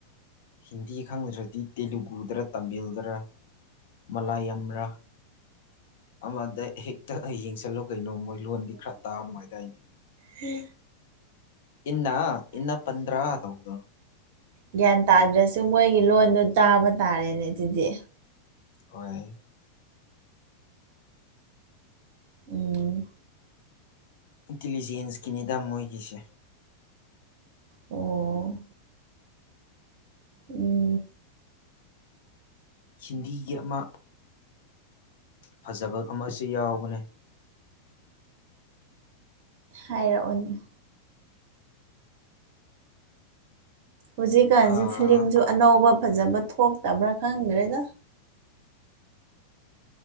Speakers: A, on the left; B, on the right.
A: ꯍꯤꯟꯗꯤ ꯈꯪꯗ꯭ꯔꯗꯤ ꯇꯦꯂꯨꯒꯨꯗꯔ ꯇꯥꯃꯤꯜꯗꯔ ꯃꯂꯥ ꯌꯥꯝ꯭ꯔꯥ ꯑꯃꯗ ꯍꯦꯛꯇ ꯌꯦꯡꯁꯤꯜꯂꯨ ꯀꯩꯅꯣ ꯃꯣꯏ ꯂꯣꯟꯗꯤ ꯈꯔ ꯇꯥ ꯅꯨꯉꯥꯏꯗꯥꯏꯅꯦ
B: ꯍ
A: ꯏꯅꯥ ꯏꯅ ꯄꯗ꯭ꯔ ꯑ ꯇꯧꯗꯣ
B: ꯒ꯭ꯌꯥꯟ ꯇꯥꯗ꯭ꯔꯁꯨ ꯃꯣꯏꯒꯤ ꯂꯣꯟꯗꯣ ꯇꯥꯕ ꯇꯥꯔꯦꯅꯦ ꯑꯗꯨꯗꯤ
A: ꯍꯣꯏ
B: ꯎꯝ
A: ꯏꯟꯇꯤꯂꯤꯖꯦꯟꯁꯀꯤꯅꯤꯗ ꯃꯣꯏꯒꯤꯁꯦ
B: ꯑꯣ ꯎꯝ
A: ꯍꯤꯟꯗꯤꯒꯤ ꯑꯃ ꯐꯖꯕ ꯑꯃꯁꯨ ꯌꯥꯎꯕꯅꯦ
B: ꯍꯥꯏꯔꯛꯑꯣꯅꯤ ꯍꯧꯖꯤꯛꯀꯥꯟꯁꯤ
A: ꯑꯥ
B: ꯐꯤꯂꯝꯁꯨ ꯑꯅꯧꯕ ꯐꯖꯕ ꯊꯣꯛꯇꯕ꯭ꯔꯥ ꯈꯪꯗ꯭ꯔꯦꯗ